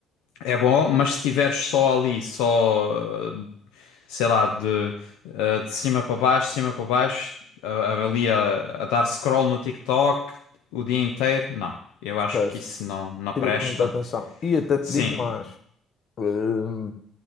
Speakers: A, on the left; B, on the left.
A: é bom, mas se estiveres só ali, só, eh, sei lá, de, eh, de cima para baixo, de cima para baixo, a- a- ali a, a dar scroll no TikTok o dia inteiro, não. Eu
B: Esquece.
A: acho que isso não, não
B: Tira-te
A: presta.
B: muita atenção. E até te
A: Sim.
B: digo mais. Hum,